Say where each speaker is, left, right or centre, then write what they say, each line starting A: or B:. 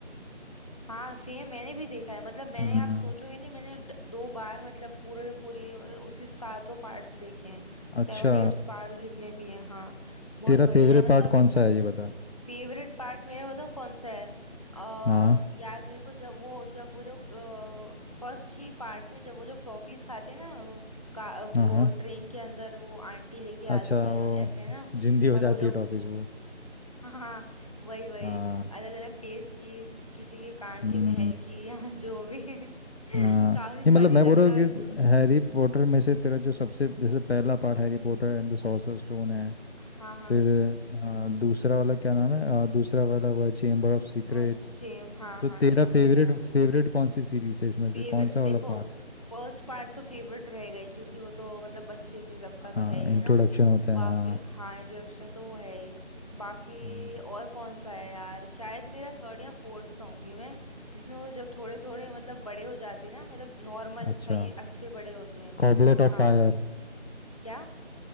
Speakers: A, on the left (about 30°); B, on the left (about 65°).
A: हाँ सेम मैंने भी देखा है मतलब मैंने
B: हम्म
A: आप सोचोगे नहीं मैंने ड- दो बार मतलब पूरे पूरी मतलब उसके सातों पार्ट्स देखे हैं
B: अच्छा
A: सेवन एट्स पार्ट्स जितने भी हैं हाँ बहुत
B: तेरा
A: बढ़िया
B: फेवरेट
A: है मतलब
B: पार्ट कौन सा है ये बता
A: फेवरेट पार्ट मेरा बताऊँ कौन सा है अ
B: हाँ
A: यार मेरे को जब वो जब वो लोग फर्स्ट ही पार्ट में जब वो लोग टॉफीज खाते हैं ना वो, का, वो
B: हाँ हाँ।
A: ट्रेन के अंदर वो आंटी लेके
B: अच्छा
A: आती है
B: वो
A: ऐसे ना
B: जिंदी हो
A: और
B: जाती
A: वो लोग
B: है टॉफीज वो
A: हाँ हाँ, वही वही
B: हाँ
A: अलग अलग टेस्ट की किसी के कान
B: हम्म
A: की महल की <laughs> या जो भी <laughs>
B: हाँ
A: काफी
B: नहीं मतलब
A: फनी
B: मैं
A: लगता
B: बोल रहा हूँ कि
A: है
B: हैरी पॉटर में से तेरा जो सबसे जैसे
A: हम्म,
B: पहला part Harry Potter and the sorcerer stone है
A: हाँ हाँ
B: फिर आ, दूसरा वाला क्या नाम है आ, दूसरा वाला वो चेम्बर ऑफ सीक्रेट्स
A: और सेम हाँ
B: तो
A: हाँ
B: तेरा
A: ऐसा
B: फेवरेट
A: कुछ है
B: फेवरेट कौन सी सीरीज है इसमें
A: फेवरेट
B: से कौन सा
A: देखो
B: वाला पार्ट
A: फर्स्ट पार्ट तो फेवरेट रहेगा ही क्योंकि वो तो मतलब बच्चे थे तब
B: हाँ
A: का तो है ही
B: इंट्रोडक्शन
A: है ना
B: होता है
A: बाकी
B: हाँ
A: हाँ इंट्रोडक्शन तो वो है ही बाकी
B: हम्म,
A: और कौन सा है यार शायद मेरा थर्ड या फोर्थ कहूंगी मैं जिसमें वो जब थोड़े थोड़े मतलब बड़े हो जाते हैं ना मतलब नॉर्मल
B: अच्छा
A: सही अच्छे बड़े होते हैं
B: Goblet of
A: हाँ
B: fire
A: क्या